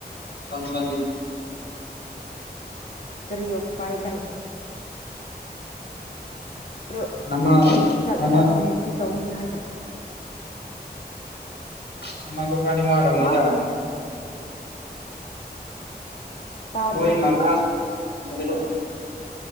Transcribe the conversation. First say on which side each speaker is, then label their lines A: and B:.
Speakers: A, on the left; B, on the left.
A: ꯃꯁꯥ ꯃꯁꯥꯒꯤ
B: ꯀꯔꯤ ꯎꯄꯥꯏ ꯂꯩ ꯑꯗꯨ
A: ꯅꯃꯥ
B: ꯆꯥꯠꯈ꯭ꯔꯕꯅꯤꯅ
A: ꯅꯃꯥ
B: ꯀꯔꯤ ꯇꯧꯅꯤ ꯍꯥꯏꯅ
A: ꯅꯃꯥꯁꯨ ꯈ꯭ꯔꯥꯗꯤ ꯋꯥꯔꯝꯅꯤꯗ
B: ꯍꯥ ꯇꯥꯗ꯭ꯔꯦ
A: ꯅꯣꯏ ꯃꯃꯥꯁꯨꯅꯦꯕ